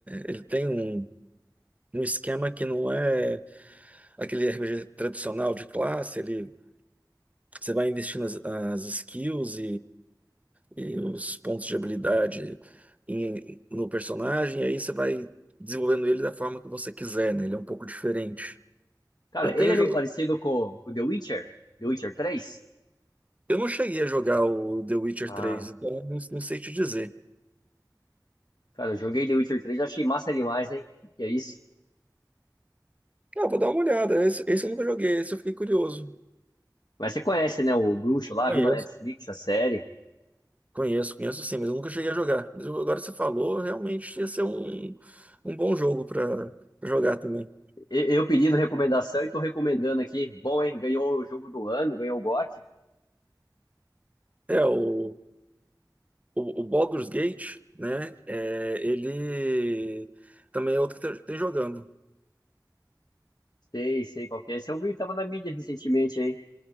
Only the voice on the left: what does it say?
Cara,
ele é meio
parecido com o The Witcher, The Witcher três
Ah,
cara, eu joguei The Witcher três achei massa demais, hein? Que que é isso?
Mas você conhece, né, o Bruxo lá,
viu na Netflix a série.
E- Eu pedindo recomendação e tô recomendando aqui. Bom, hein? Ganhou o jogo do ano, ganhou o GOT.
Sei, sei qual que é. Esse eu vi, tava na mídia recentemente aí.